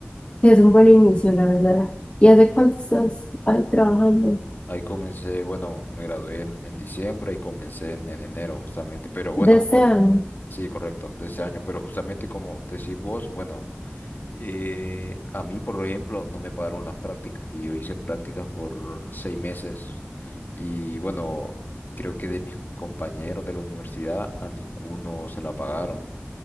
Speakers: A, on the left; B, on the left.
A: que es un buen inicio, la verdad. ¿Y hace cuánto estás ahí trabajando?
B: Ahí comencé, bueno, me gradué en, en diciembre y comencé en, en enero justamente, pero bueno,
A: De este año.
B: Sí, correcto, de ese año, pero justamente como decís vos, bueno, eh, a mí, por ejemplo, no me pagaron las prácticas y yo hice prácticas por seis meses y bueno, creo que de mis compañeros de la universidad a ninguno se la pagaron.